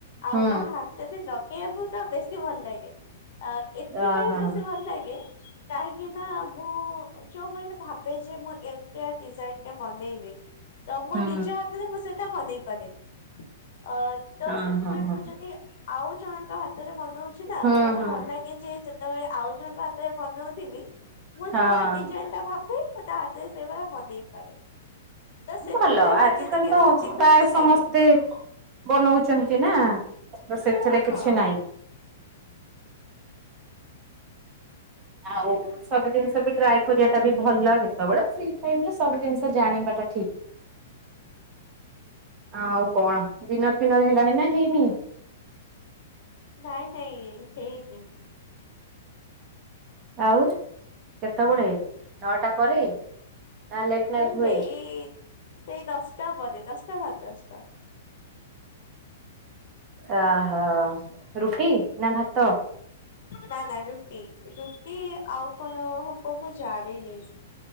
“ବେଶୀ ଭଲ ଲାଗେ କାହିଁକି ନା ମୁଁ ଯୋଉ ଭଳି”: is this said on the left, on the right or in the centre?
Left